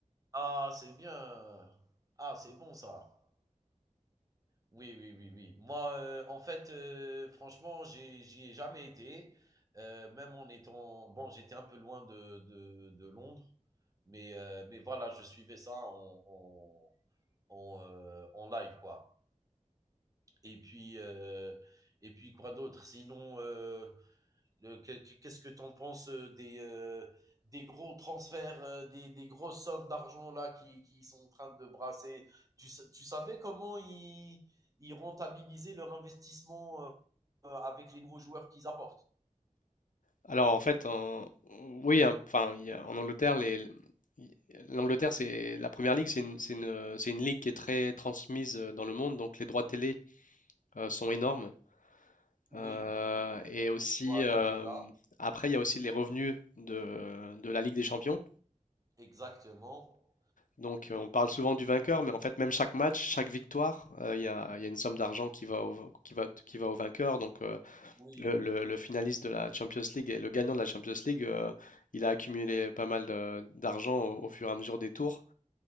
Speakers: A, on the right; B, on the left.
A: Ah, c'est bien. Ah, c'est bon ça. Oui, oui, oui, oui. Moi, euh, en fait, euh, franchement, j'ai- j'y ai jamais été. Euh, même en étant... Bon, j'étais un peu loin de, de, de Londres, mais, euh, mais voilà, je suivais ça en, en, en, euh, en live, quoi. Et puis, euh, et puis quoi d'autre? Sinon, euh, Qu'est-ce que tu en penses euh, des, euh, des gros transferts, euh, des, des grosses sommes d'argent là qui, qui sont en train de brasser tu, tu savais comment ils, ils rentabilisaient leur investissement euh, euh, avec les nouveaux joueurs qu'ils apportent
B: Alors en fait, en- oui, hein, enfin, il y a- en Angleterre, les, l'Angleterre, c'est la Première Ligue, c'est une, c'est une- c'est une ligue qui est très transmise euh, dans le monde, donc les droits télé euh, sont énormes.
A: Oui,
B: Euh, et aussi,
A: voilà
B: euh,
A: déjà,
B: après, il y a aussi les revenus de, de la Ligue des Champions.
A: exactement.
B: Donc euh, on parle souvent du vainqueur, mais en fait, même chaque match, chaque victoire, euh, il y a, il y a une somme d'argent qui va au, qui va, qui va au vainqueur. Donc euh,
A: Oui,
B: Le, le- le finaliste de la Champions League et le gagnant de la Champions League, euh, il a accumulé pas mal de- d'argent au, au fur et à mesure des tours.